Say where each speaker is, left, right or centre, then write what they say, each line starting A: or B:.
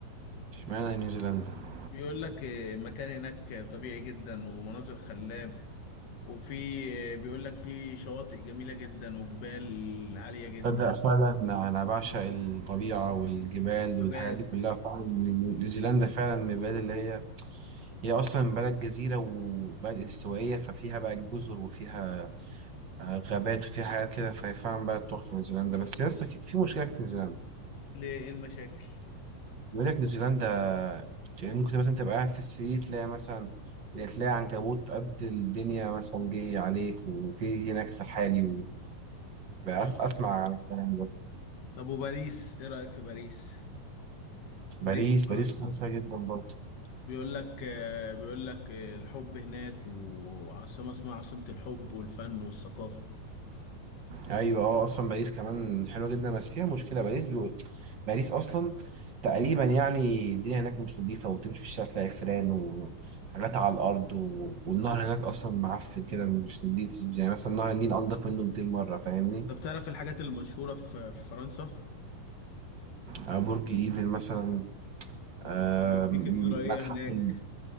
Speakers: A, on the right; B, on the left.
A: اشمعنى نيوزيلندا
B: بيقول لك آه، المكان هناك طبيعي جدا ومناظر خلاب وفي آه، بيقول لك في شواطئ جميلة جدا وجبال عالية جدا
A: تصدق فعلا انا بعشق الطبيعه والجبال
B: نبات
A: والحاجات دي كلها فعلا نيوزيلندا فعلا من البلاد اللي هي هي اصلا بلد جزيره وبلد استوائيه ففيها بقى جزر وفيها آه، غابات وفيها حاجات كده فهي فعلا بلد تحفه نيوزيلندا بس يس اكيد في مشكله في نيوزيلندا
B: ليه ايه المشاكل
A: بيقول لك نيوزيلندا يعني ممكن مثلا تبقى قاعد في السرير تلاقي مثلا تلاقي عنكبوت قد الدنيا مثلا جه عليك وفي هناك سحالي و... بقى
B: آه.
A: اسمع عن الكلام ده
B: طب وباريس ايه رأيك في باريس
A: باريس
B: باريس في فرنسا
A: باريس كويسه جدا برضه
B: بيقول لك آه، بيقول لك آه، الحب هناك وعاصمة اسمها عاصمة الحب والفن والثقافة
A: ايوه اه اصلا باريس كمان حلوه جدا بس فيها مشكله باريس بيقول باريس اصلا تقريبا يعني الدنيا هناك مش نظيفه وتمشي في الشارع تلاقي فيران وحاجات على الارض و... والنهر هناك اصلا معفن كده مش نظيف يعني مثلا نهر النيل انضف منه 200 مره فاهمني
B: طب تعرف الحاجات المشهورة في في فرنسا
A: آه، برج ايفل مثلا آم،
B: في كاتدرائية
A: متحف
B: هناك
A: ال-